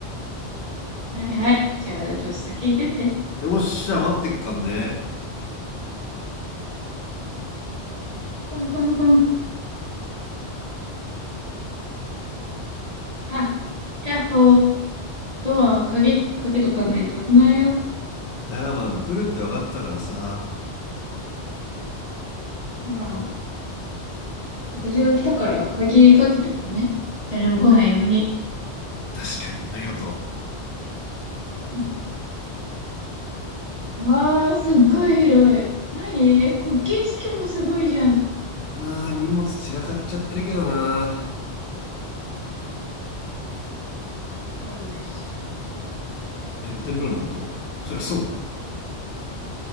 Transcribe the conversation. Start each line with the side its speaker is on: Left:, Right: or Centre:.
Right: はいはい。じゃあ、ちょっと先行ってて。
Left: よっしゃ、待ってっかんね。
Right: コンコンコン。あ、やっほー。ドア、鍵、かけとかないと危ないよ。
Left: いや、まあでも来るって分かったからさ。
Right: なら、私が来たから、鍵かけとくね。誰も来ないように。
Left: 確かに、ありがと
Right: うんわー、すっごい広い。なにえ、こ、景色もすごいじゃん。
Left: う。まあ、荷物散らかっちゃってるけどな。
Right: あるし。
Left: え、露天風呂のことそりゃそうだろ。